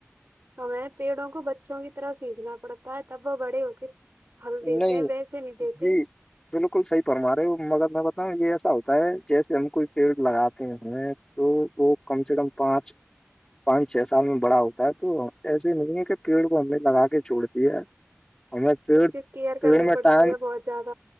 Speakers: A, on the right (about 55°); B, on the left (about 15°).
A: تو ہمیں پیڑوں کو بچوں کی طرح سینچھنا پڑتا ہے تب وہ بڑے ہوتے ہو کے پھل
B: ہے
A: دیتے
B: نہیں
A: ہیں ویسے نہیں دیتے
B: جی بالکل صحیح فرما رہے ہو مگر میں بتاؤں یہ ایسا ہوتا ہے جیسے ہم کوئی پیڈ لگاتے ہیں تو وہ کم سے کم پانچ پانچ چھ سال میں بڑا ہوتا ہے تو ایسے نہیں ہے کہ پیڑ کو ہم نے لگا کے چھوڑ دی ہے ہمیں پیڑ
A: اس کی کیئر کرنی
B: پیڑ میں
A: پڑتی
B: ٹائم
A: ہے بہت زیاد